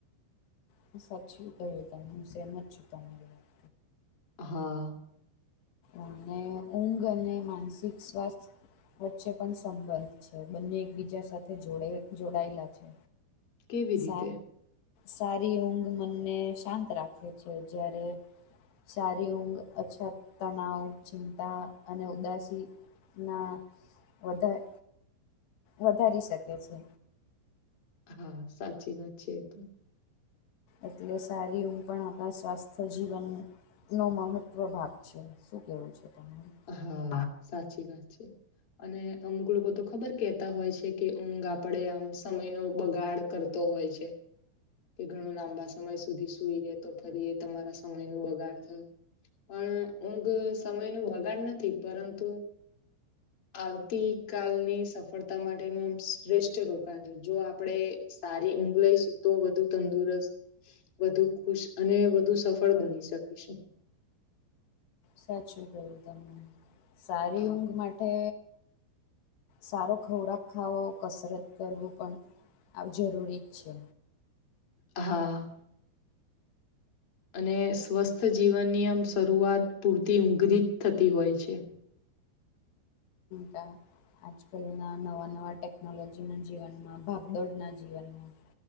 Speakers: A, on the left (about 70°); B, on the left (about 35°).
A: હું સાચીવી કહ્યું તમે હું સહેમત છું તમારી વાત.
B: હા.
A: અને ઊંઘ અને માનસિક સ્વાસ્થ્ય વચ્ચે પણ સંબંધ છે બંને એકબીજા સાથે જોડે જોડાયેલા છે.
B: કેવી
A: સ
B: રીતે
A: સારી ઊંઘ મનને શાંત રાખે છે જ્યારે સારી ઊંઘ અછત, તણાવ, ચિંતા અને ઉદાસી ના વધારે વધારી શકે છે.
B: હા સાચી વાત છે તો.
A: એટલે સારી ઊંઘ પણ આપણા સ્વાસ્થ્ય જીવન નો મહત્વ ભાગ છે. શું કેવું છે તમારે?
B: હા સાચી વાત છે. અને અમુક લોકો તો ખબર કેતા હોય છે કે ઊંઘ આપડે આમ સમય નો બગાડ કર હોય છે. કે ઘણું લાંબા સમય સુધી સુઈ રે તો ફરી એ તમારા સમય ન બગાડ થયો પણ ઊંઘ સમયનું બગાડ નથી પરંતુ આવતી કલની સફળતા માટેનું આમ શ્રેષ્ઠ રોકાણ જો આપણેે સારી ઊઘ લઈશું તો વધુ તંદુરસ્ત વધુ ખુશ અને વધુ સફળ બની શકીશું.
A: સાચું કયું તમે સારી
B: હા
A: ઊંઘ માટે સારો ખોરાક ખાવો કસરત કરવું પણ આવ જરૂરી જ છે.
B: હા અને સ્વસ્થ જીવનનીયમ શરૂઆત પૂરતી ઊંઘરી જ થતી હોય છે.
A: તા આજકાલના નવા નવા ટેકનોલોજીના જીવનમાં ભાગદોડના જીવનમાં